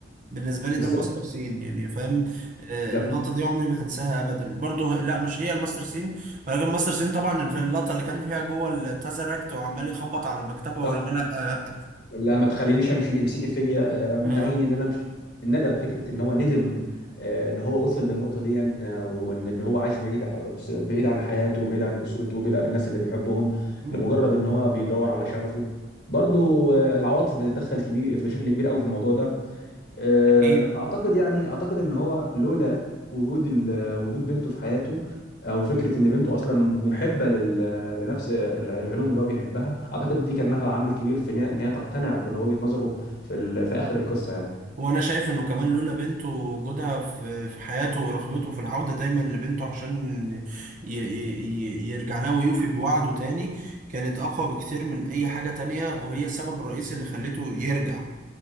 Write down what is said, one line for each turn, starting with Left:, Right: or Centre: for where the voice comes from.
Right: بالنسبه لي
Left: بالظبط
Right: ده الماستر سين يعني فاهم آه،
Left: لا
Right: اللقطه دي عمري ما هنساها ابدا برضو لا مش هي الماستر سين ولكن الماستر سين طبعا الف- اللقطه اللي كان فيها جوه التازركت وعمال يخبط على المكتبه
Left: صح
Right: ولا لا آه،
Left: ولا ما تخلينيش امشي امسكي فيا آه، منعيني
Right: آه،
Left: ان انا امشي الندم فكره ان هو ندم آه، ان هو وصل للنقطه دي آه، وان هو عايش بعيد بعيد عن حياته بعيد عن اسرته بعيد عن الناس اللي بيحبهم
Right: آه،
Left: لمجرد ان هو بيدور على شغفه برضو آه، العواطف بتتدخل كبير في شكل كبير قوي في الموضوع ده آه،
Right: اكيد
Left: اعتقد يعني اعتقد ان هو لولا وجود ال- وجود بنته في حياته او فكره ان بنته اصلا محبه لل- لنفس الع- العلوم اللي هو بيحبها اعتقد دي كان لها عامل كبير في إن هي إن هي تقتنع بوجهه نظره في ال- في اخر القصه يعني
Right: وانا شايف انه كمان لولا بنته وجودها في في حياته ورغبته في العودة دايما لبنته عشان ي ي ي يرجع لها ويوفي بوعده تاني كانت اقوى بكتير من اي حاجة تانية وهي السبب الرئيسي اللي خلته يرجع